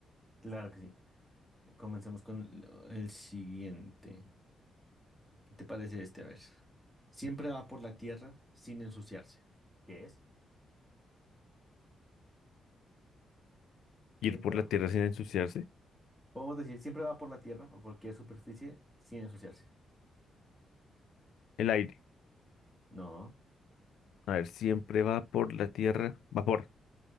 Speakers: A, in the centre; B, on the left.
A: Claro que sí. Comencemos con lo- el siguiente. ¿Qué te parece este? A ver. Siempre va por la tierra sin ensuciarse. ¿Qué es?
B: Ir
A: Siempre
B: por la
A: va.
B: tierra sin ensuciarse.
A: Podemos decir, siempre va por la tierra o cualquier superficie sin ensuciarse.
B: El aire.
A: No,
B: A ver, siempre va por la tierra. Vapor.